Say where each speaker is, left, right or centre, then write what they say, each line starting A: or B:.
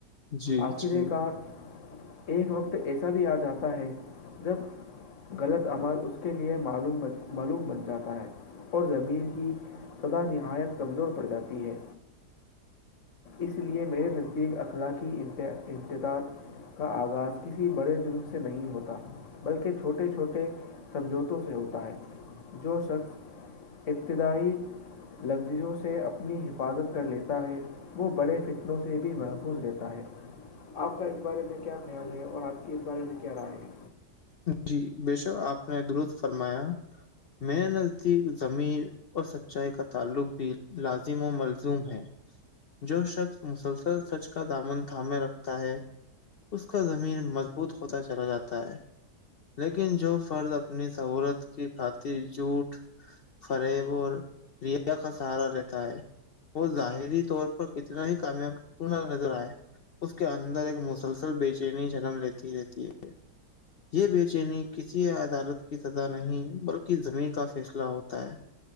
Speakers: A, on the left (about 80°); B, on the left (about 50°).
A: جی
B: آخر
A: جی
B: کار ایک وقت ایسا بھی آ جاتا ہے جب غلط عمل اس کے لئے معوم معلوم بن جاتا ہے اور ضمیر کی سدا نہایت کمزور پڑ جاتی ہے اس لیئے میرے نزدیک اخلاق انتدط کا آغاز کسی بڑے جرم سے نہیں ہوتا بلکہ چھوٹے چھوٹے سمجوتوں سے ہوتا ہے جو شخص ابتدائی لگزیوں سے اپنی حفاظت کر لیتا ہے وہ بڑے فتنوں سے بھی محفوظ رہتا ہے آپ کا اس بارے میں کیا خیال ہے اور آپ کی اس بارے میں کیا رائے ہے
A: جی بے شک آپ نے درست فرمایا میرے نزدیک زمیر اور سچائی کا تعلق بھی لازم و ملزوم ہے جو شخص مسلسل سچ کا دامن تھامے رکھتا ہے اس کا ضمیر مضبوط ہوتا چلا جاتا ہے لیکن جو فرض اپنی سہولت کی خاطر جھوٹ فریب اور ریا کا سہارا رہتا ہے وہ ظاہری طور پر کتنا ہی کامیاب نظر آئے اس کے اندر ایک مسلسل بے چینی جنم لیتی رہتی ہے کہ یہ بے چینی کسی عدالت کی سزا نہیں بلکہ ضمیر کا فیصلہ ہوتا ہے